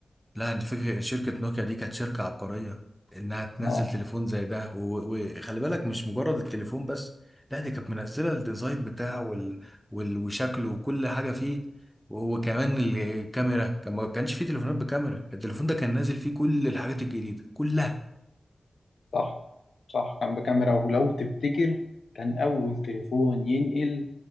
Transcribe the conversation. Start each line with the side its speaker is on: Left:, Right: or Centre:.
Centre: لا انت فكرة شركة نوكيا دي كانت شركة عبقرية انها تنزل
Left: اه
Centre: تليفون زي ده و- وخلي بالك مش مجرد التليفون بس لا دي كانت منزلة الديزاين بتاعه وال... وال... وشكله وكل حاجة فيه و- وكمان الكاميرا كان ما كانش فيه تليفونات بكاميرا التليفون ده كان نازل فيه كل الحاجات الجديدة كلها
Left: صح صح كان بكاميرا ولو تفتكر كان اول تليفون ينقل